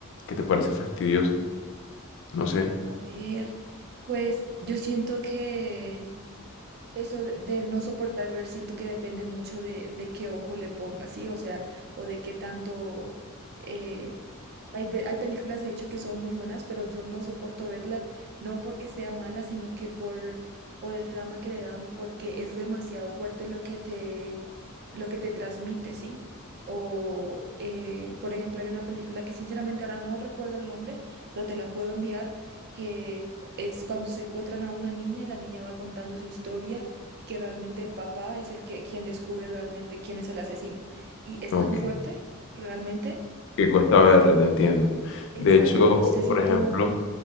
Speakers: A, on the left; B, on the right.
A: que te parece fastidiosa? No sé.
B: A ver, pues yo siento que Eso de, de no soportar ver, siento que depende mucho de, de qué ojo le pongas, ¿sí? O sea, o de qué tanto... eh, hay, ve- hay películas, de hecho, que son muy buenas, pero yo no soporto verlas, no porque sea mala, sino que por, por el drama que le dan, porque es demasiado fuerte lo que te, lo que te transmite, ¿sí? O, eh, por ejemplo, hay una película que sinceramente ahora no recuerdo el nombre, pero te la puedo enviar, que es cuando secuestran a una niña y la niña va contando su historia y que realmente el papá es el que quien descubre realmente quién es el asesino. Y es
A: Ok.
B: tan fuerte, realmente.
A: que cuesta verla, te entiendo.
B: Exacto,
A: De hecho,
B: no sé si
A: por
B: tú
A: ejemplo,